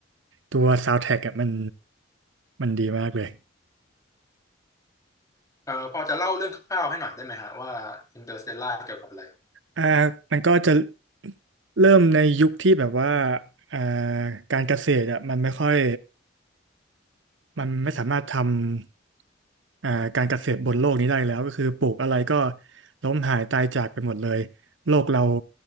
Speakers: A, on the right (about 75°); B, on the left (about 15°).
A: ตัวซาวด์แทร็กอ่ะมันมันดีมากเลย
B: เอ่อพอจะเล่าเรื่องคร่าวๆให้หน่อยได้ไหมฮะว่าอินเตอร์สเตลล่าเกี่ยวกับอะไร
A: อ่ามันก็จะเริ่มในยุคที่แบบว่าอ่าการเกษตรอ่ะมันไม่ค่อย มันไม่สามารถทำอ่าการเกษตรบนโลกนี้ได้แล้วก็คือปลูกอะไรก็ล้มหายตายจากไปหมดเลยโลกเรา